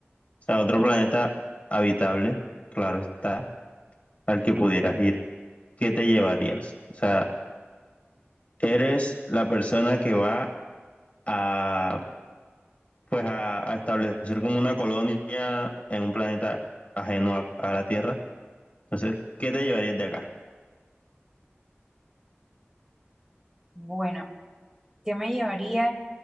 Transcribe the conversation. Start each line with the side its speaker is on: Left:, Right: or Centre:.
Left: O sea, a otro planeta habitable, claro está, al que pudieras ir. ¿Qué te llevarías? O sea, eres la persona que va a, pues a, a establecer como una colonia en un planeta ajeno a a la Tierra. Entonces, ¿qué te llevarías de acá?
Right: Bueno, ¿qué me llevaría?